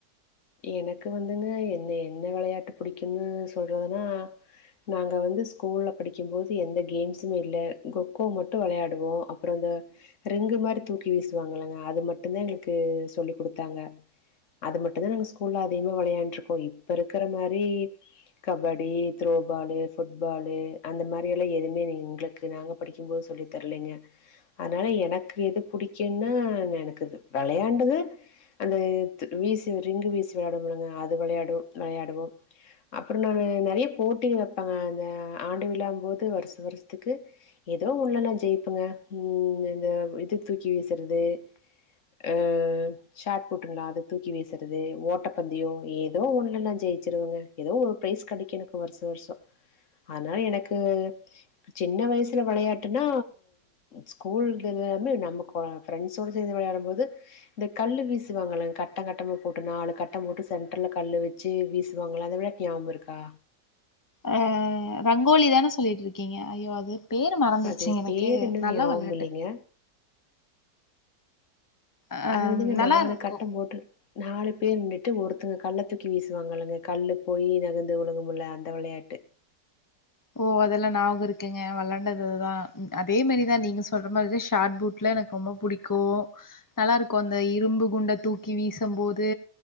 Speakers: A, on the left; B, on the left.
A: எனக்கு வந்துங்க என்ன என்ன விளையாட்டு பிடிக்கும்ன்னு சொல்றதுன்னா நாங்க வந்து ஸ்கூல்ல படிக்கும்போது எந்த கேம்ஸுமே இல்ல கொக்கோ மட்டு விளையாடுவோ அப்றமா இந்த ரிங்கு மாரி தூக்கி வீசுவாங்கல்லங்க அது மட்டுதா எங்ளுக்கு சொல்லிக்குடுத்தாங்க அது மட்டுதா நாங்க ஸ்கூல்ல அதிக விளயாண்டு இருக்கோ இப்ப இருக்கிற மாரி கபடி த்ரோபாலு ஃபுட்பாலு அந்த மாரி எல்லா எதுவுமே எங்ளுக்கு நாங்க படிக்கும்போது சொல்லி தரலங்க அதனால எனக்கு எது பிடிக்கும்ன்னா எனக்கு விளையாண்டது அந்த வீசி ரிங்கு வீசி ச்சு வெளையாடுவோல்லங்க அது வெளையாடு வெளையாடுவோ அப்றோனா நெறைய போட்டிக வப்பாங்க அந்த ஆண்டு விழாங்கும் போது வருஷ வருஷத்துக்கு எதோ ஒன்ல நா ஜெயிப்பங்க ம் இந்த இது தூக்கி வீசறது ஆ ஷார்ட்புட்ங்ளா அத தூக்கி வீசறது ஓட் டப்பந்தயோ ஏதோ ஒன்ல நா ஜெயிச்சிருவங்க எதோ ஒரு பிரைஸ் கெடைக்கு எனக்கு வர்ஷோ வர்ஷோ ஆனா எனக்கு சின்ன வயசல வெளையாட்டுனா ஸ்கூல்லருந்து நம்ம கொ ஃப்ரண்ட்ஸோட சேந்து வெளையாடும் போது இந்த கல்லு வீசுவாங்கல்லங் கட்டங் கட்டமா போட்டு நாலு கட் டம் போட்டு சென்டர்ல கல்லு வெச்சு வீசுவாங்கல்ல அத விட ஞாவமிருக்கா
B: ஆ ரங்கோலிதான சொல்லிட்ருக்கீங்க ஐயோ அது பேரு மறந்துருச்சுங்க
A: அது
B: எனக்கு
A: பேர் இன்னு
B: நல்ல
A: ஞாபகம்
B: வெளாட்டு
A: இல்லைங்க
B: ஆ
A: அது வந்துங்க நாலு
B: நல்லா இருக்கு
A: கட்டம் போட்டு நாலு பேர் நிண்டுட்டு ஒருத்தங்க கல்ல தூக்கி வீசுவாங்கல்லங்க கல்லு போயி நகந்து விழுகுமில்ல அந்த விளையாட்டு
B: ஓ அதெல்லா ஞாவக இருக்குங்க வெளாண்டதுதுதா அதே மாரிதா நீங்க சொல்ற மாரிதா ஷாட் பூட்லா எனக்கு ரொம்ப புடிக்கு நல்லா இருக்கு அந்த இரும்பு குண்ட தூக்கி வீசும் போது